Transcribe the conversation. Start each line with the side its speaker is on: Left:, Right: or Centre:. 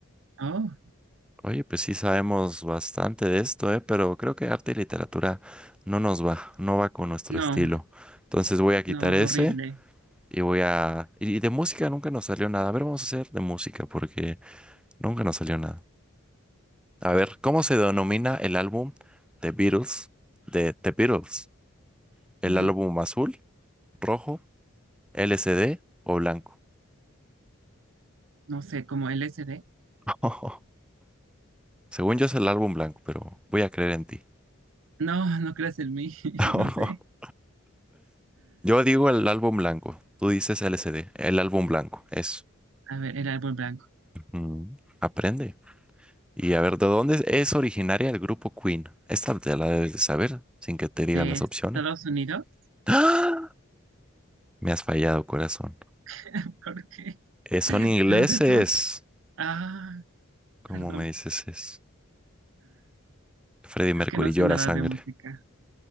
Right: Oh,
Centre: Oye, pues sí sabemos bastante de esto, ¿eh? Pero creo que arte y literatura no nos va, no va con nuestro
Right: no,
Centre: estilo. Entonces voy a quitar
Right: no,
Centre: ese.
Right: horrible.
Centre: Y voy a... Y de música nunca nos salió nada. A ver, vamos a hacer de música porque nunca nos salió nada. A ver, ¿cómo se denomina el álbum The Beatles de The Beatles? ¿El
Right: Ujú,
Centre: álbum azul, rojo, LCD o blanco?
Right: No sé, como L S D
Centre: <laughs> Según yo es el álbum blanco, pero voy a creer en ti.
Right: No, no creas en mí, <laughs>
Centre: <laughs>
Right: no sé.
Centre: Yo digo el álbum blanco. Tú dices LCD. El álbum blanco. Eso.
Right: A ver, el árbol blanco.
Centre: Mm, aprende. Y a ver, ¿de dónde es originaria el grupo Queen? Esta te la debes de saber sin que te diga
Right: ¿De
Centre: las opciones.
Right: Estados Unidos?
Centre: ¡Ah! Me has fallado, corazón.
Right: <laughs> ¿Por qué?
Centre: Eh, son ingleses.
Right: ¿De dónde son? Ah,
Centre: ¿Cómo
Right: perdón.
Centre: me dices es? Freddie Mercury
Right: Es que no sé
Centre: llora
Right: nada
Centre: sangre.
Right: de música.